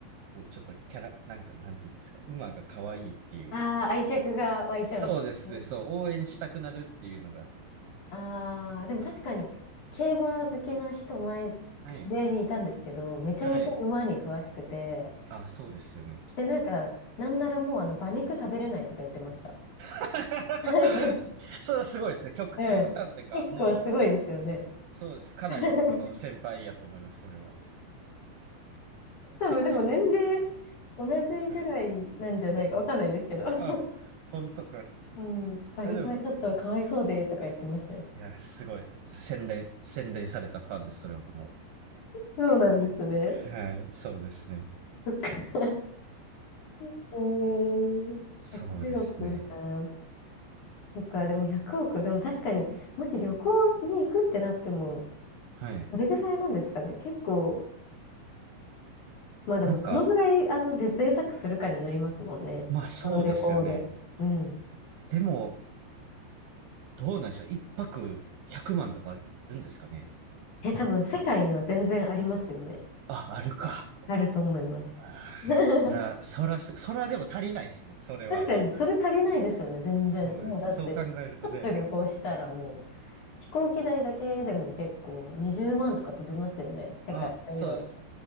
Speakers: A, on the right; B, on the left.
A: こう、ちょっとキャラ、なんか、なんていうんですか、馬が可愛いっていう。
B: ああ、愛着が湧いちゃうんですね。
A: そうですね、そう、応援したくなるっていうのがあって。
B: ああ、でも確かに、競馬好きな人、前、
A: はい。
B: 知り合いにいたんですけど、めちゃめちゃ馬に詳しくて、
A: はい。あ、そうですよね、きっと。
B: で、なんか、なんならもう、あの、馬肉食べれないとか言ってました。
A: <laughs>
B: <laughs>
A: それはすごいですね。極、
B: うん。
A: 極端っていうか、
B: 結構すごいですよね。
A: もう、そうです。かなり僕の先輩やと思います、
B: <laughs>
A: それは。
B: 多分、
A: そっか。
B: でも年齢、同じぐらいなんじゃないか、
A: はい。
B: わかんないですけど。<laughs>
A: あ、本当か。
B: うん、馬肉はちょっとかわいそうで、
A: あでも、
B: とか言ってましたよ。
A: いや、すごい。洗練、洗練されたファンです、それはも
B: そうなんですね。
A: う。はい、そうですね。
B: そっか。<laughs> えー、
A: そうですね。
B: 100億な。そっか、でも1億、でも確かに、もし旅行に行くってなっても、
A: はい。
B: どれぐらいなんですかね。結構、まあでも、
A: なんか、
B: どのぐらい、あの、で、贅沢するかによりますもんね。
A: まあそうですよね。
B: この旅行で。うん。
A: でも、どうなんでしょう。一泊100万とかあるんですかね。
B: え、多分、世界には全然ありますよね。
A: あ、あるか。
B: あると思います。
A: あーそら、
B: <laughs>
A: そらす、そらでも足りないですね、それは。
B: 確かに、それ足りないですよね、全然。
A: そうですね。
B: もう、だって、
A: そう考えるとね、
B: ちょっと旅行したらもう、飛行機代だけでも結構20万とか飛びますよね。世界、
A: あ、
B: いろいろ、
A: そうです。